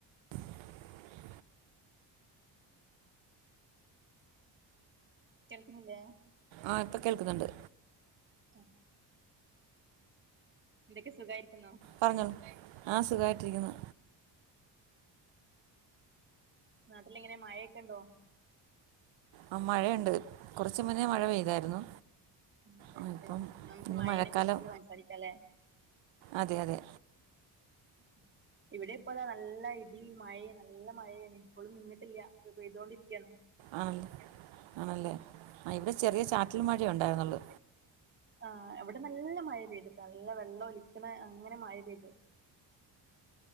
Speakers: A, on the right (about 80°); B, on the right (about 25°).
A: <inaudible>
B: കേൾക്കുന്നില്ലേ?
A: ആ ഇപ്പം കേൾക്കുന്നുണ്ട്.
B: ആഹ് എന്തൊക്കെ സുഖമായിരിക്കുന്നോ?
A: പറഞ്ഞോ ആ സുഖമായിട്ടിരിക്കുന്നു.
B: നാട്ടിലെങ്ങനെ മഴയൊക്കെ ഉണ്ടോ?
A: ആ മഴയുണ്ട് കുറച്ച് മുന്നേ മഴ പെയ്തായിരുന്നു.
B: അതല്ല
A: ആ ഇപ്പം
B: നമുക്ക്
A: ഇനി
B: മാഴനെ
A: മഴക്കാലം
B: കുറിച്ച്ന്നെ സംസാരിക്കാലേ?
A: അതെ അതെ
B: <inaudible> ഇവിടെ ഇപ്പോല നല്ല ഇടി മഴ നല്ല മഴയാണ് ഇപ്പോഴും നിന്നിട്ടില്ല. പെയ്തൊണ്ടിരിക്കുകയാണ്.
A: ആണല്ലേ ആണല്ലേ ആ ഇവിടെ ചെറിയ ചാറ്റിൽ മഴയ ഉണ്ടായിരുന്നുള്ളൂ.
B: ആ് എവിടെ നല്ല മഴ പെയ്തിട്ട്. നല്ല വെള്ളം ഒലിക്ക്ണ അങ്ങനെ മഴ പെയ്തു.